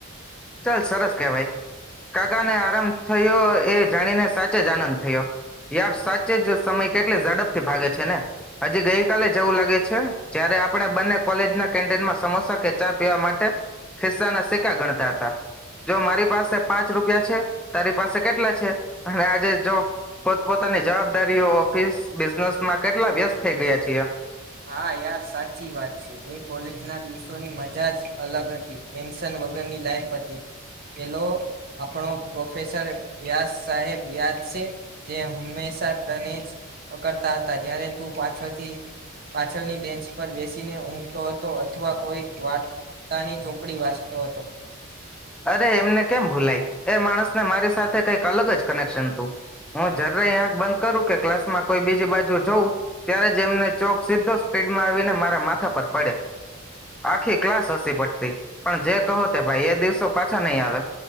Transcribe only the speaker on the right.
હા યાર સાચી વાત છે એ કોલેજના દિવસોની મજા જ અલગ હતી ટેન્શન વગરની લાઈફ હતી પેલો આપણો પ્રોફેસર વ્યાસ સાહેબ યાદ છે જે હંમેશા તને જ પકડતા હતા જયારે તું પાછળથી.. પાછળની બેન્ચ પર બેસીને ઊંઘતો હતો અથવા કોઈ વાર્તાની ચોપડી વાંચતો હતો.